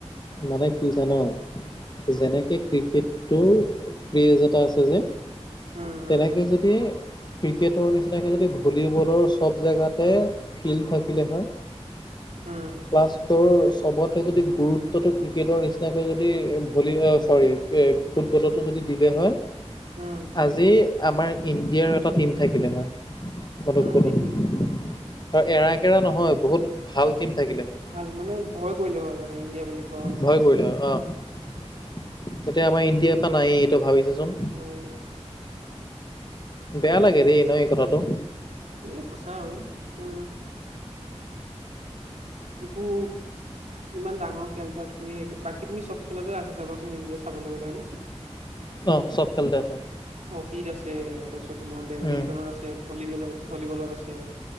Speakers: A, on the left; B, on the right.
A: মানে কি জানা? যেনেকে ক্ৰিকেটটোৰ ক্ৰেজ এটা আছে যে।
B: উম, উম,
A: তেনেকে যদি ক্ৰিকেটৰ নিচিনাকৈ যদি ভলীবলৰ চব জেগাতে ফিল্ড থাকিলে হয়।
B: উম।
A: প্লাছ তোৰ চবতে যদি গুৰু ক্ৰিকেটৰ নিচিনাকে যদি ভলী চৰি এ ফুটবলতো যদি দিলে হয়।
B: উম,
A: আজি আমাৰ ইণ্ডিয়াৰ এটা টিম থাকিলে হয়। মই তোক
B: উম,
A: কলো
B: সেইটোৱে
A: আৰু এৰা কেৰা নহয় বহুত ভাল টিম থাকিলে হয়।
B: ভাল মানে ভয় কৰিলে হয় মানে ইণ্ডিয়া বুলি কোৱা হলে।
A: ভয় কৰিলে হয় অ'। এতিয়া আমাৰ ইণ্ডিয়াৰ পৰা নায়েই। ভাবি চোৱা চোন
B: অ',
A: বেয়া লাগে দেই ন এই কথাটো।
B: এ সঁচা অ' তোৰ একো ইমান ডাঙৰ খেল তাত তুমি বাকী তুমি চব খেলতে আছে চাবাচোন ইণ্ডিয়া চাবলৈ গ'লে হয়নে।
A: অ', চব খেলতে আছে।
B: হকীত আছে তাৰপিছত তোমাৰ বেডমিণ্টনত
A: উম
B: আছে ভলীবলত ভলীবলত আছে।